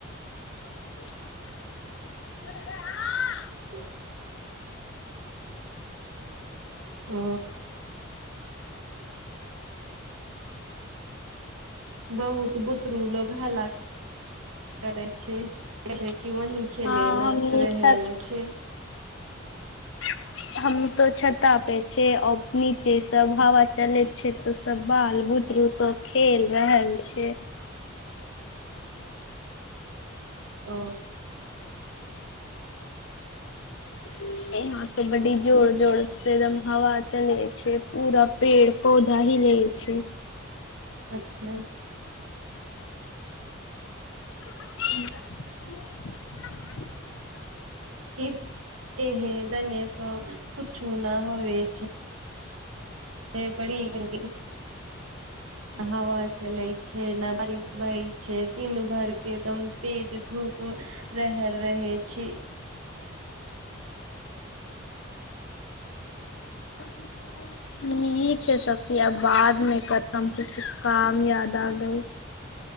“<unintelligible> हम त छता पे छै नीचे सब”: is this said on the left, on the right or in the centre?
Left